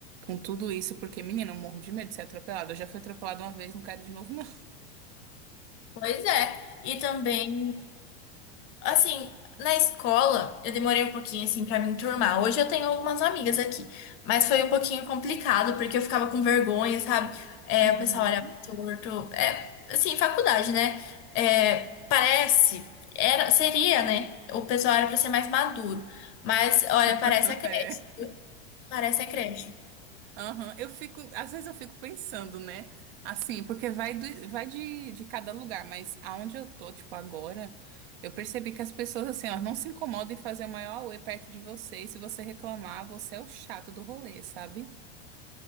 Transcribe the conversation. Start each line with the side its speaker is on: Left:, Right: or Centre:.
Right: com tudo isso, porque menina, eu morro de medo de ser atropelada. Eu já fui atropelada uma vez, não quero de novo, não.
Left: Pois é. E também. Assim, na escola, eu demorei um pouquinho, assim, pra me enturmar. Hoje eu tenho algumas amigas aqui, mas foi um pouquinho complicado, porque eu ficava com vergonha, sabe? É,
Right: Uhum.
Left: o pessoal olhava torto. É, assim, faculdade, né? É, parece, era, seria, né? O pessoal era pra ser mais maduro. Mas, olha,
Right: <laughs>
Left: parece a creche.
Right: É.
Left: Parece a creche.
Right: Aham. Eu fico, às vezes eu fico pensando, né? Assim, porque vai, do- vai de, de cada lugar, mas aonde eu tô, tipo, agora, eu percebi que as pessoas, assim, ó, não se incomodam em fazer o maior auê perto de você, e se você reclamar, você é o chato do rolê, sabe?